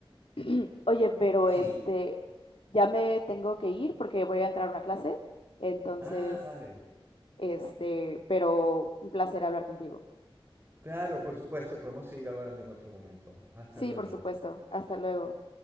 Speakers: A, on the left; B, on the right.
A: <clears throat> Oye, pero
B: sí.
A: este, ya me tengo que ir porque voy a entrar a una clase, entonces,
B: Ah, vale.
A: este, pero un placer hablar contigo.
B: Claro, por supuesto, podemos seguir hablando en otro momento. Hasta
A: Sí,
B: luego.
A: por supuesto. Hasta luego.